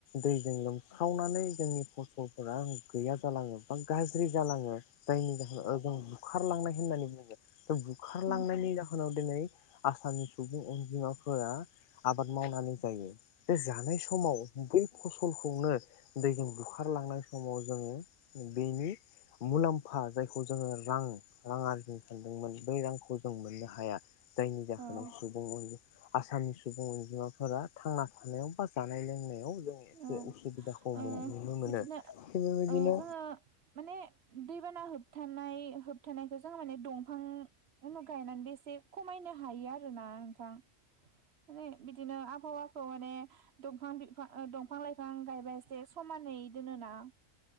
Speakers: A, on the left; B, on the right.
A: दैजों लोमसावनानै जोंनि फसलफोरा गैया जालाङो बा गाज्रि जालाङो जायनि जाहोनाव ओजों बुखारलांनाय होननानै बुङो दा बुखारलांनायनि
B: औ
A: जाहोनाव दिनै आसामनि सुबुं अनजिमाफोरा आबाद मावनानै जायो दा जानाय समाव बै फसलखौनो दैजों बुखारलांनाय समाव जोङो बेनि मुलाम्फा जायखौ जोङो रां रां आरजिनो सानदोंमोन बै रांखौ जों मोननो हाया जायनि जाहोनाव
B: औ
A: सुबुं अनजि आसामनि सुबुं अनजिमाफोरा थांना थानायाव बा जानायाव जानाय लोंनायाव जों एसे
B: औ
A: उसुबिदाखौ
B: ओ
A: नुनो मोनो
B: बिदिनो
A: बेबायदिनो
B: ओ जोङो माने दैबाना होबथानाय होबथानायखौ जों माने दंफां गायनानैबो एसे खमायनो हायो आरोना नोंथां माने बिदिनो आबहावाखौ माने दंफां बि दंफां लाइफां गायबासो समानै दोनोना